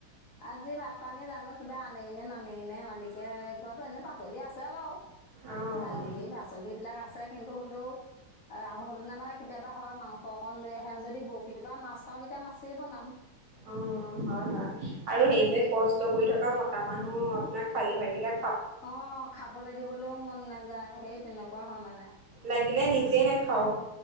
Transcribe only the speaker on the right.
অ',
অ' হয় হয়। আৰু
সেই যে কষ্ট কৰি থকা মতা মানুহ না খালি ভাইকেইটা
লাগিলে নিজেই নাখাও,